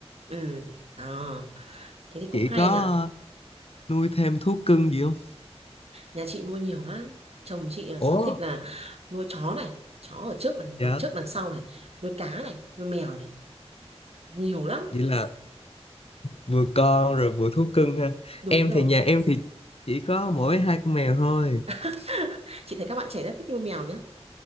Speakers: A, on the right; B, on the left.
A: Ừ. Đó. Thế thì cũng
B: Chị
A: hay
B: có ờ,
A: nhỉ.
B: nuôi thêm thú cưng gì không?
A: nhà chị nuôi nhiều lắm chồng chị à, sở
B: Ủa
A: thích là nuôi chó này chó ở trước đằng,
B: Dạ,
A: đằng trước đằng sau này nuôi cá này nuôi mèo này nhiều lắm
B: vậy là vừa con rồi vừa thú cưng ha.
A: đúng
B: Em
A: rồi
B: thì nhà em thì chỉ có mỗi hai con mèo thôi.
A: <laughs> chị thấy các bạn trẻ rất thích nuôi mèo nhá